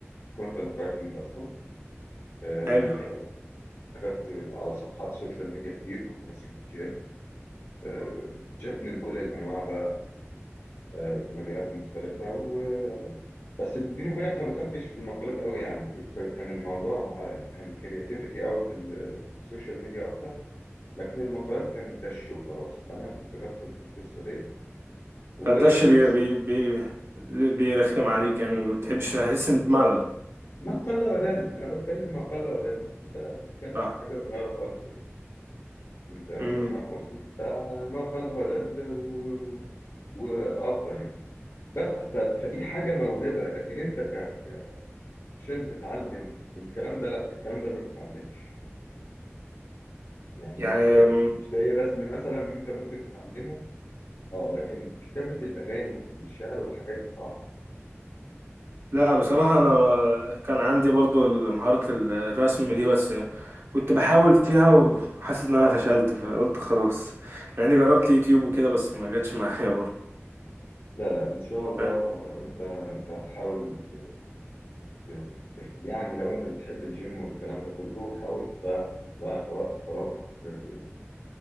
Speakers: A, on the left (about 55°); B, on the right (about 55°).
A: وكونتنت رايتنج أصلا آه،
B: حلو
A: كتبت على صفحات سوشيال ميديا كتير كنت ماسك بيجات آه، جات من كل الأنواع بقى في مجالات مختلفة و بس بيني وبينك ما دخلتش في المقالات قوي يعني ك- كان الموضوع آه، كان كرياتيفيتي قوي في, ال- في السوشيال ميديا أكتر لكن المقالات كانت دش وخلاص فأنا كنت بدخل في القصة دي وبس
B: فداش بي بي بي بيرخم عليك يعني وما بتحبش تحس ان بملل
A: ما قل ودل أنا بتكلم ما قل ودل أنت بتتكلم
B: صح
A: في حاجة صغيرة خالص يعني أنت أنت
B: امم
A: فاهم قصدي فما قل ودل و... وأفضل يعني بس ف... فدي حاجة موهبة لكن أنت ك... عشان تتعلم الكلام ده لا الكلام ده ما بيتعلمش يعني
B: يعني
A: مش زي مش زي رسم مثلا انت ممكن تتعلمه اه لكن كتابة الأغاني والشعر والحاجات دي صعبة
B: لا بصراحة أنا كان عندي برضو مهارة الرسم دي بس كنت بحاول فيها وحاسس إن أنا فشلت فقلت خلاص مع إني جربت يوتيوب وكده بس ما جاتش معايا برضو
A: لا لا ان شاء الله
B: أه.
A: انت انت حاول ت- ت- ت- يعني لو انت بتحب الجيم والكلام ده كله حاول تضيع تضيع وقت فراغك في